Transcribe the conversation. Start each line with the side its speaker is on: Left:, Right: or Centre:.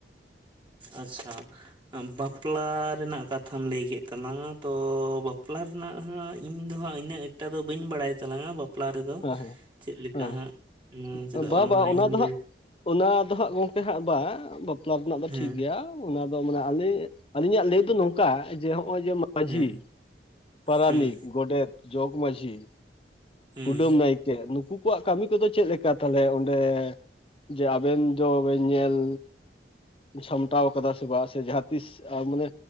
Right: ᱟᱪᱪᱷᱟ ᱟᱢ ᱵᱟᱯᱞᱟ ᱨᱮᱱᱟᱜ ᱠᱟᱛᱷᱟᱢ ᱞᱟᱹᱭ ᱠᱮᱫ ᱛᱟᱞᱟᱝᱟ ᱛᱚ ᱵᱟᱯᱞᱟ ᱦᱮᱱᱟᱜ ᱦᱟᱜ ᱤᱧ ᱫᱚ ᱦᱟᱸᱜ ᱤᱱᱟᱹᱜ ᱮᱠᱴᱟ ᱫᱚ ᱵᱟᱹᱧ ᱵᱟᱲᱟᱭ ᱛᱞᱟᱝᱟ᱾ ᱵᱟ- -ᱯᱞᱟ ᱨᱮᱫᱚ
Left: ᱦᱮᱸ
Right: ᱪᱮᱫ ᱞᱮᱠᱟ
Left: ᱦᱮᱸ
Right: ᱦᱟᱸᱜ ᱪᱮᱫᱟᱜ
Left: ᱦᱮᱸ ᱵᱟ
Right: ᱵᱟᱝᱢᱟ
Left: ᱵᱟ ᱚᱱᱟ
Right: ᱤᱧ
Left: ᱦᱟᱸᱜ
Right: ᱫᱚ
Left: ᱚᱱᱟ ᱫᱚ ᱦᱟᱸᱜ ᱜᱚᱝᱠᱮ ᱦᱟᱸᱜ ᱵᱟᱝ ᱵᱟᱯᱞᱟ ᱨᱮᱱᱟᱜ ᱫᱚ
Right: ᱦᱮᱸ
Left: ᱴᱷᱤᱠ ᱜᱮᱭᱟ᱾ ᱚᱱᱟ ᱫᱚ ᱢᱟᱱᱮ ᱟᱞᱤᱧ ᱟᱞᱤᱧᱟᱜ ᱞᱟᱹᱭ ᱫᱚ ᱱᱚᱝᱠᱟ ᱡᱮ ᱦᱚᱸᱜᱼᱚᱭ ᱡᱮ ᱢᱟᱺᱡᱷᱤ,
Right: ᱦᱮᱸ
Left: ᱯᱟᱨᱟᱱᱤᱠ,
Right: ᱦᱩᱸ
Left: ᱜᱚᱰᱮᱛ, ᱡᱚᱜᱽ ᱢᱟᱺᱡᱷᱤ,
Right: ᱦᱩᱸ
Left: ᱠᱩᱰᱟᱹᱢ ᱱᱟᱭᱠᱮ ᱱᱩᱠᱩ ᱠᱚᱣᱟᱜ ᱠᱟᱹᱢᱤ ᱠᱚᱫᱚ ᱪᱮᱫ ᱞᱮᱠᱟ ᱛᱟᱦᱚᱞᱮ ᱚᱸᱰᱮ? ᱡᱮ ᱟᱵᱮᱱ ᱫᱚ ᱵᱮᱱ ᱧᱮᱞ ᱥᱟᱢᱴᱟᱣ ᱟᱠᱟᱫᱟ ᱥᱮ ᱵᱟᱝ ᱥᱮ ᱡᱟᱦᱟᱸ ᱛᱤᱥ ᱢᱟᱱᱮ